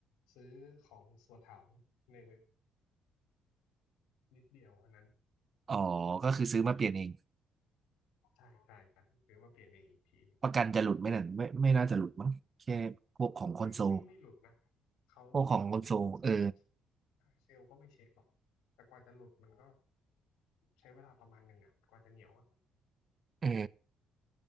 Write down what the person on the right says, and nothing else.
อ๋อก็คือซื้อมาเปลี่ยนเอง
ประกันจะหลุดไหมนั่นไม่ไม่น่าจะหลุดมั้งแค่พวกของคอนโซล
พวกของคอนโซลเออ
เออ